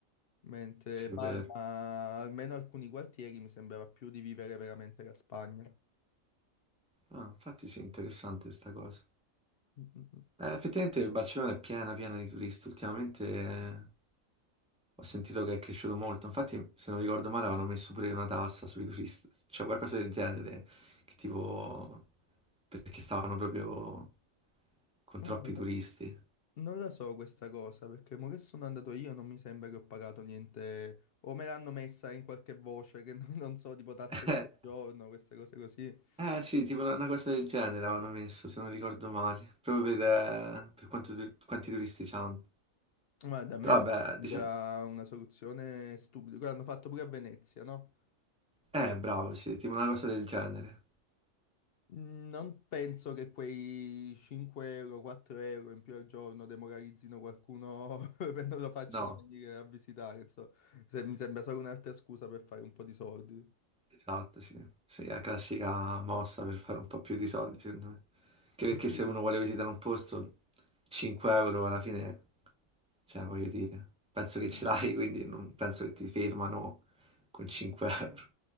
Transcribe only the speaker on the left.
Mentre
Palma,
almeno alcuni quartieri, mi sembrava più di vivere veramente la Spagna.
Mm,
mm, mm.
Non la so questa cosa, perché mo che sono andato io non mi sembra che ho pagato niente, o me l'hanno messa in qualche voce che <laughs> non, non so, tipo tasse
di soggiorno, queste cose così.
Guarda, a me
questa
sembra
una soluzione stupida, quello hanno fatto pure a Venezia, no? Che-
Mm, Non penso che quei 5 euro, 4 euro in più al giorno demoralizzino qualcuno <laughs> per non lo facciano
venire a visitare, insomma. Se- mi sembra solo un'altra scusa per fare un po' di soldi.
E
tu?
Sì.